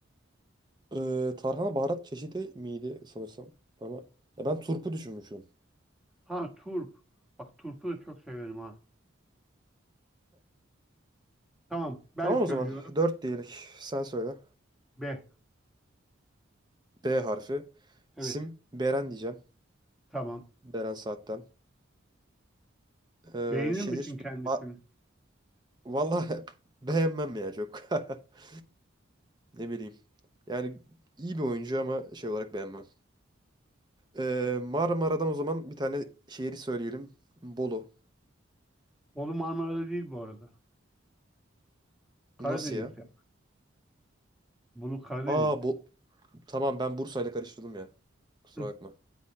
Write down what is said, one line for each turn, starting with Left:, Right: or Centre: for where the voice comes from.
Right: Ee, tarhana baharat çeşidi miydi sanırsam ama ya ben turpu düşünmüşüm.
Centre: Ha, turp. Bak turpu da çok severim ha. Tamam, ben
Right: Tamam
Centre: söylüyorum.
Right: o zaman. dört diyelim. Sen söyle.
Centre: B.
Right: B harfi.
Centre: Evet.
Right: İsim Beren diyeceğim.
Centre: Tamam.
Right: Beren Saat'ten. Ee,
Centre: Beğenir
Right: şehir.
Centre: misin kendisini?
Right: Ma- Vallahi <laughs> beğenmem ya çok. <laughs> Ne bileyim. Yani iyi bir oyuncu ama şey olarak beğenmem. Ee, Marmara'dan o zaman bir tane şehri söyleyelim. Bolu.
Centre: Bolu Marmara'da değil bu arada. Karadeniz'de.
Right: Nasıl ya?
Centre: Bolu Karadeniz'de.
Right: Aa bu tamam ben Bursa'yla karıştırdım ya. Kusura
Centre: Hı,
Right: bakma.